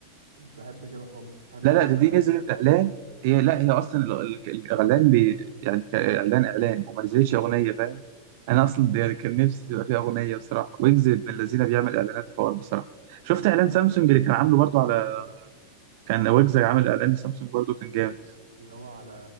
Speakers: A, on the right (about 70°); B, on the right (about 50°).
A: مش بحب كده خالص مش بحب
B: لا لا
A: أغاني
B: ده دي
A: الإعلانات
B: نزلت
A: دي خالص
B: اعلان هي لا هي اصلا ال- ال- الاعلان بي يعني كاعلان اعلان وما نزلتش اغنيه فاهم انا اصلا ده يعني كان نفسي تبقى فيها اغنيه بصراحه ويجز من الذين بيعمل اعلانات حوار بصراحه شفت اعلان سامسونج اللي كان عامله برضو على كان ويجز عامل اعلان لسامسونج برضو كان جامد
A: اللي هو على